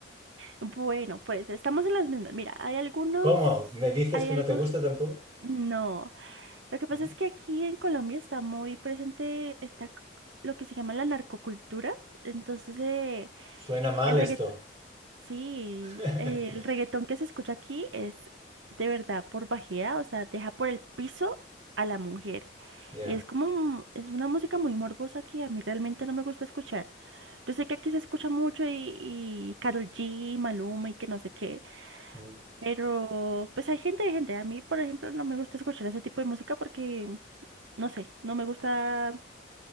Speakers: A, on the right; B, on the right.
A: Bueno, pues estamos en las mismas. Mira, hay algunos,
B: ¿Cómo? ¿Me dices
A: hay
B: que
A: algo,
B: no te gusta tampoco?
A: no. Lo que pasa
B: ¿Mm?
A: es que aquí en Colombia está muy presente está lo que se llama la narcocultura. Entonces, eh,
B: Suena mal
A: el reggaetón,
B: esto.
A: sí,
B: <laughs>
A: eh, el reggaetón que se escucha aquí es de verdad por bajea, o sea, deja por el piso a la mujer.
B: Ya.
A: Y es como, un- es una música muy morbosa que a mí realmente no me gusta escuchar. Yo sé que aquí se escucha mucho y, y Karol G, Maluma y que no sé qué,
B: Mm.
A: pero pues hay gente de gente. A mí, por ejemplo, no me gusta escuchar ese tipo de música porque no sé, no me gusta